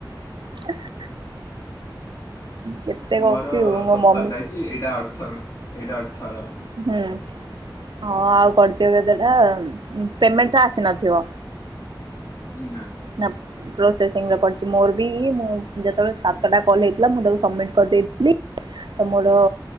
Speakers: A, on the right; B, on the left.
A: <inaudible> କେତେ
B: ମୋର
A: ଗପିବୁ ମୋ
B: ସତର୍ଟା
A: ମମି
B: ହେଇଚି ଏଇଟା ଅଠର ଏଇଟା ଅଠର।
A: ହୁଁ ହଁ ଆଉ କର୍ଦିଅ କେତେଟା ପେମେଣ୍ଟ ତ ଆସିନଥିବ?
B: ନାଁ।
A: <unintelligible> ପ୍ରୋସେସିଂରେ ପଡ଼ିଚି ମୋର ବି ମୁଁ ଯେତେବେଳେ ସାତଟା କଲ୍ ହେଇଥିଲା ମୁଁ ତାକୁ ସମ୍ବିଟ୍ କରିଦେଇଥିଲି। ତ ମୋର